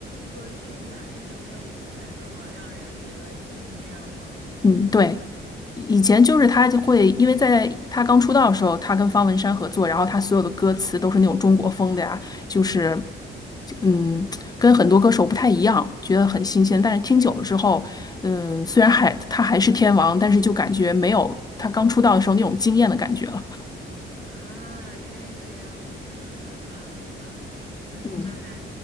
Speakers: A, on the right; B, on the left.
A: 歌听起来就是没有以前那么让人觉得惊艳了。
B: 嗯，对。以前就是他就会，因为在他刚出道的时候，他跟方文山合作，然后他所有的歌词都是那种中国风的呀，就是嗯，跟很多歌手不太一样，觉得很新鲜。但是听久了之后，嗯，虽然还他还是天王，但是就感觉没有他刚出道的时候那种惊艳的感觉了。
A: 啊，这个样子，好吧，好吧，嗯，
B: 嗯，
A: 那还